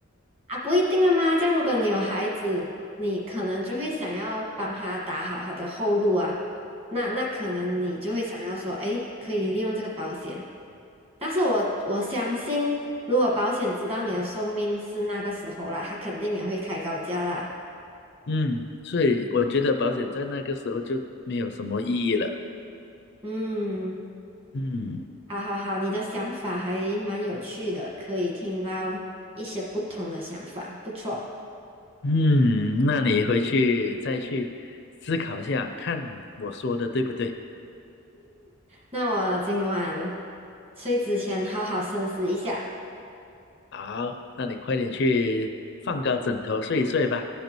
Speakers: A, on the right; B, on the left.
A: 啊，不一定了吗？这样，如果你有孩子，你可能就会想要帮他打好他的后路啊。那那可能你就会想要说，诶，可以利用这个保险。但是我我相信，如果保险知道你的寿命是那个时候啦，他肯定也会开高价啦。
B: 嗯，所以我觉得保险在那个时候就没有什么意义了。
A: 嗯。
B: 嗯。
A: 好好好，你的想法还蛮有趣的，可以听到一些不同的想法，不错。
B: 嗯，那你回去再去思考一下，看我说的对不对。
A: 那我今晚睡之前好好深思一下。
B: 好，那你快点去放高枕头睡一睡吧。